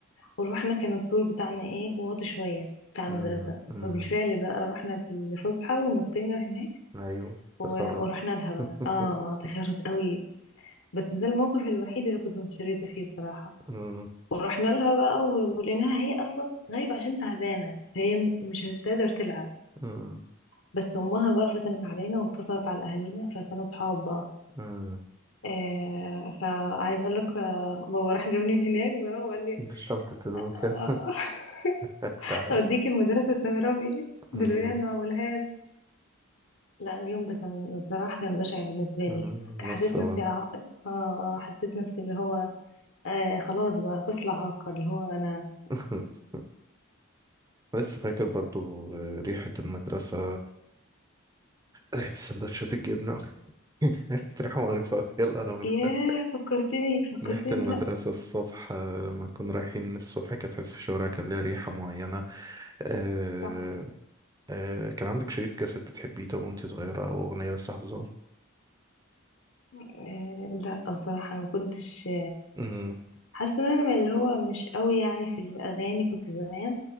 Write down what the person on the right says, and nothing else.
أمم، أمم.
ايوه
تشرد
<laughs>
أمم،
أمم،
أمم.
بشنطة هدوم
<laughs> كده التعب
أمم،
أمم،
لسه
<laughs> لسه فاكر برضو ريحة المدرسة ريحة سندوتشات الجبنة <laughs> ريحة ريحة مقرفة يا القرف
ده.
ريحة المدرسة
الصبح آه، لما كنا رايحين الصبح كانت تحس الشوارع كان ليها ريحة معينة آه
آه كان عندك شريط كاسيت بتحبيه طب وانت صغيرة أو أغنية لسه حافظاها
أمم،